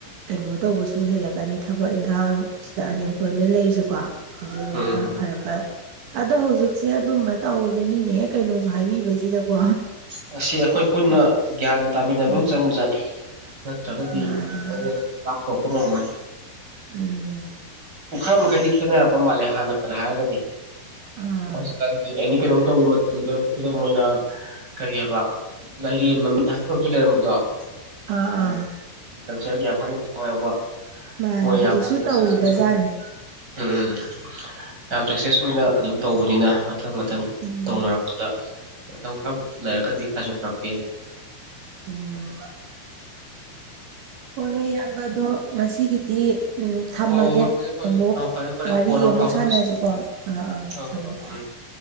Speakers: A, on the right; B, on the right.
A: ꯀꯩꯅꯣ ꯇꯧꯕꯁꯨ ꯍꯦꯜꯂꯛꯀꯅꯤ ꯊꯕꯛ ꯏꯪꯈꯥꯡ ꯁꯤꯗ ꯑꯟꯑꯦꯝꯄ꯭ꯂꯣꯏꯃꯦꯟ ꯂꯩꯁꯦꯀꯣ ꯁꯤꯁꯨ ꯑꯗꯨꯝ
B: ꯎꯝ
A: ꯈꯔ
B: ꯎꯝ
A: ꯐꯔꯛꯀ ꯑꯗꯣ ꯍꯧꯖꯤꯛꯁꯦ ꯑꯗꯨꯝꯕ ꯇꯧꯕꯖ‌ꯦ ꯃꯤꯅ ꯍꯦꯛ ꯀꯩꯅꯣꯖꯨ ꯍꯥꯏꯕꯤꯕꯁꯤꯗꯀꯣ
B: ꯃꯁꯤ ꯑꯩꯈꯣꯏ ꯄꯨꯟꯅ
A: ꯎꯝ
B: ꯒ꯭ꯌꯥꯟ ꯇꯥꯃꯤꯟꯅꯕ
A: ꯎꯝ
B: ꯑꯃ ꯆꯪꯕꯖꯥꯠꯅꯤ ꯅꯠꯇ꯭ꯔꯒꯗꯤ
A: ꯃꯥꯅꯦ ꯃꯥꯅꯦ
B: ꯑꯋꯣꯟꯕꯁꯦ ꯄꯥꯛ ꯄꯨꯔꯛꯄ ꯉꯝꯃꯣꯏ꯫
A: ꯎꯝ꯫
B: ꯄꯨꯈꯔ ꯃꯈꯩꯗꯤ ꯈꯦꯠꯅꯔꯛꯄ ꯃꯥꯜꯂꯦ ꯍꯥꯟꯅ ꯍꯥꯏꯔꯒꯗꯤ꯫
A: ꯑꯥ
B: ꯍꯧꯖꯤꯛꯀꯥꯟꯗꯤ ꯑꯦꯅꯤ ꯀꯩꯅꯣꯝ ꯇꯧꯕ ꯃꯇꯝꯗ ꯈꯨꯗꯝ ꯑꯣꯏꯅ__ ꯀꯔꯤ ꯍꯥꯏꯕ ꯂꯥꯏꯔꯦꯟ ꯃꯃꯤꯠ ꯍꯥꯏꯕ ꯀꯩꯅꯣꯃꯁꯨ ꯂꯩꯔꯝꯕꯗꯣ
A: ꯑꯥ
B: ꯎꯝ__
A: ꯑꯥ
B: ꯑꯦꯒ꯭ꯔꯤꯀꯜꯆꯔꯒꯤ ꯌꯥꯝ ꯀꯟꯅ ꯊꯋꯥꯏ ꯌꯥꯎꯕ
A: ꯃꯥꯅꯦ
B: ꯃꯣꯏ
A: ꯍꯧꯖꯤꯛꯁꯨ
B: ꯌꯥꯝ ꯐꯖꯅ
A: ꯇꯧꯔꯤꯕꯖꯥꯠꯅꯤ
B: ꯁꯛꯁꯦꯁ ꯑꯣꯏꯅ__ ꯎꯝ ꯌꯥꯝ ꯁꯛꯁꯦꯁ ꯑꯣꯏꯅ ꯑꯗꯨꯝ ꯇꯧꯕꯅꯤꯅ ꯃꯊꯪ ꯃꯊꯪ
A: ꯎꯝ
B: ꯇꯧꯅꯔꯛꯄ__ ꯄꯗ ꯃꯇꯝ ꯈꯔ ꯂꯔꯒꯗꯤ ꯈꯔꯁꯨ ꯐꯔꯛꯄ ꯌꯥꯏ꯫
A: ꯎꯝ ꯍꯣꯏ ꯍꯣꯏ ꯢꯌꯥꯝꯕꯗꯣ ꯉꯁꯤꯒꯤꯗꯤ__ ꯎꯝ ꯊꯝꯃꯒꯦ
B: ꯍꯣꯏ ꯍꯣꯏ ꯍꯣꯏ ꯐꯔꯦ ꯐꯔꯦ
A: ꯑꯃꯨꯛ
B: ꯑ ꯐꯔꯦ ꯐꯔꯦ
A: ꯋꯥꯔꯤ
B: ꯀꯣꯟꯅ
A: ꯑꯃꯨꯛ
B: ꯐꯥꯎꯅꯔꯁꯤ
A: ꯁꯥꯟꯅꯁꯤꯀꯣ ꯑꯥ ꯑꯥ
B: ꯍꯣꯏ
A: ꯊꯝꯃꯦ
B: ꯍꯣꯏ ꯍꯣꯏ
A: ꯊꯝꯃꯦ꯫
B: ꯎꯝ